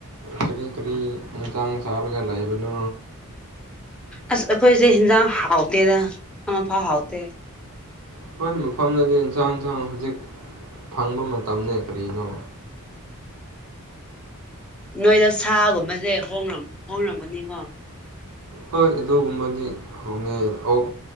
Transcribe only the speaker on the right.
ꯀꯔꯤ ꯀꯔꯤ ꯏꯟꯁꯥꯡ ꯆꯥꯔꯒ ꯂꯩꯕꯅꯣ
ꯍꯣꯏ ꯃꯐꯝꯗꯗꯤ ꯏꯟꯁꯥꯡꯁꯥꯡ ꯍꯧꯖꯤꯛ ꯐꯪꯕ ꯃꯇꯝꯅꯦ ꯀꯔꯤꯅꯣ
ꯍꯣꯏ ꯑꯗꯨꯒꯨꯝꯕꯗꯤ ꯍꯣꯡꯅꯩ ꯑꯣꯛ